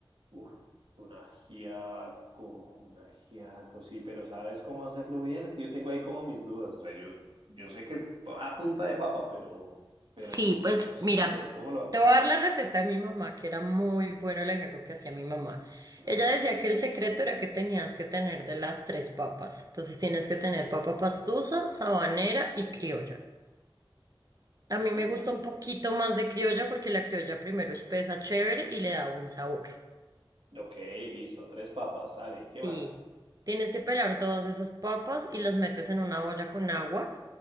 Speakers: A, on the right; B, on the right.
A: Uf, un ajiaco, un ajiaco, sí, pero ¿sabes cómo hacerlo bien? Es que yo tengo ahí como mis dudas. O sea, yo, yo sé que es pa- a punta de papa, pero, pero
B: Sí, pues
A: no sé,
B: mira,
A: ¿cómo lo hago?
B: te voy a dar la receta de mi mamá, que era muy bueno el ajiaco que hacía mi mamá.
A: Dale.
B: Ella decía que el secreto era que tenías que tener de las tres papas. Entonces tienes que tener papa pastusa, sabanera y criolla. A mí
A: Ok,
B: me gusta un poquito más de criolla porque la criolla primero espesa chévere y le da buen sabor.
A: ok, listo. Tres papas, sale. ¿Qué más?
B: Sí, tienes que pelar todas esas papas y las metes en una olla con agua.